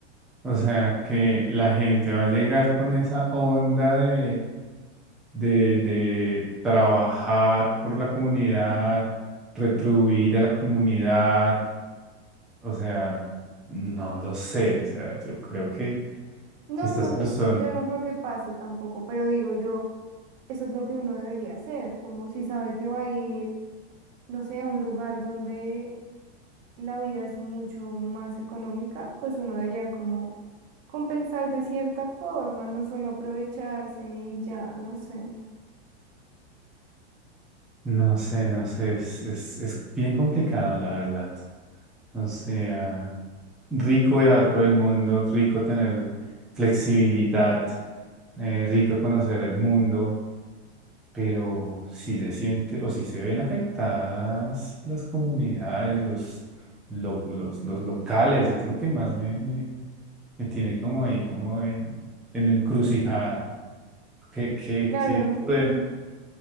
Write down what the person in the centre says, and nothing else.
O sea, que la gente va a llegar con esa onda de, de, de trabajar por la comunidad, retribuir a la comunidad. O sea, no lo sé. O sea, yo creo que
estas
personas,
no sé, no sé, es, es, es bien complicado, la verdad. O sea... rico viajar por el mundo, rico tener flexibilidad, eh, rico conocer el mundo, pero si se siente o si se ven afectadas las comunidades, los, lo- los, los locales, es lo que más me, me, me tiene como ahí, como en, en encrucijada. ¿Qué, qué,
qué podemos?